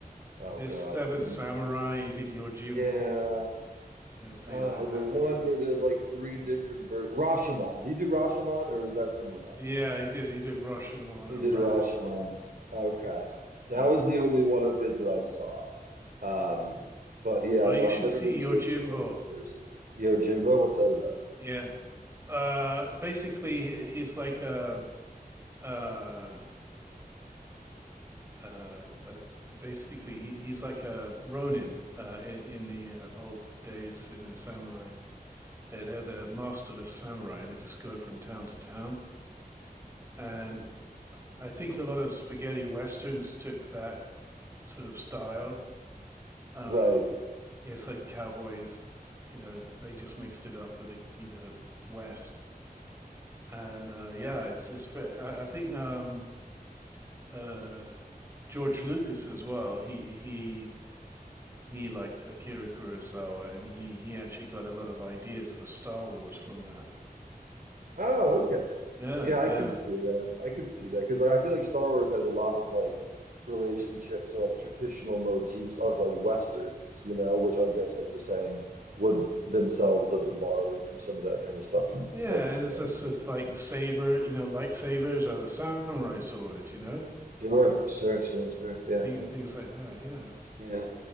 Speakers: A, on the right; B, on the right.
A: oh
B: There's
A: God.
B: Seven
A: Um,
B: Samurai. He did Yojimbo
A: Yeah.
B: and things
A: Oh,
B: like that.
A: the one where there's like three different ver Rashomon. Did you do Rashomon or was that someone else?
B: Yeah, yeah. He did. He did Rashomon,
A: He
B: Iran.
A: did Rashomon. Okay.
B: Yeah.
A: That was the only one of his that I saw. Um, but yeah,
B: Oh,
A: no,
B: you should
A: I've never
B: see
A: been
B: Yojimbo.
A: too exposed to yours. Yo, Jimbo, what's that about?
B: Yeah. Uh, basically, he's like a uh, uh, uh, basically he, he's like a ronin uh, in, in the uh, old days in the samurai. They're they're the masterless samurai, and they just go from town to town. And I think a lot of spaghetti westerns took that sort of style. Um,
A: Right.
B: it's like cowboys, you know, they just mixed it up with the you know west. And uh, yeah, it's it's. ve- I I think um, uh, George Lucas as well. He he he liked Akira Kurosawa, and he he actually got a lot of ideas for Star Wars from that.
A: Oh, okay.
B: Yeah,
A: Yeah, I
B: yeah,
A: can see that. I can see that because like, I feel like Star Wars has a lot of like relationship to like traditional motifs of like Westerns, you know, which I guess like you're saying would themselves have been borrowing from some of that kind of stuff from
B: yeah.
A: from
B: And it's
A: Japanese.
B: just sort of like saber, you know, lightsabers are the samurai swords, you know,
A: Sure, sure, sure, sure. Yeah,
B: things,
A: yeah,
B: things like that. Yeah.
A: yeah.